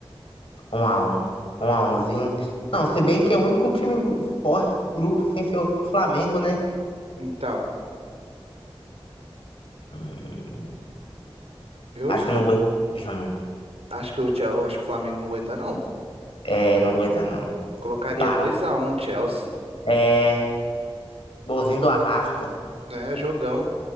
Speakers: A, on the left; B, on the right.
A: Um a um. Um a umzinho. Não, se bem que é o único time gru- forte do grupo sem ser o Flamengo, né?
B: Então,
A: Hum,
B: eu
A: acho
B: chu-
A: que não aguenta, não.
B: acho que o, Chel- eu acho que o Flamengo não aguenta, não.
A: É, não aguenta, não.
B: Colocaria
A: Para.
B: dois a um, Chelsea.
A: É, golzinho do Arrasca. pra
B: É, jogão.